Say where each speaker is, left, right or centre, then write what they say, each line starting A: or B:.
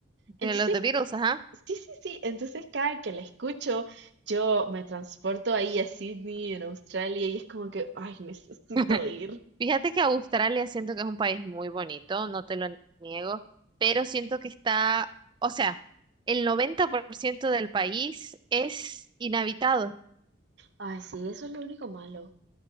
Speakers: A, on the right; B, on the right.
A: De
B: Entonces,
A: los The Beatles, ajá.
B: sí, sí, sí. Entonces, cada que la escucho, yo me transporto ahí a Sydney, en Australia, y es como que, ay, necesito
A: <laughs>
B: ir.
A: Fíjate que Australia siento que es un país muy bonito, no te lo niego, pero siento que está, o sea, el 90% del país es inhabitado.
B: Ay, sí, eso es lo único malo.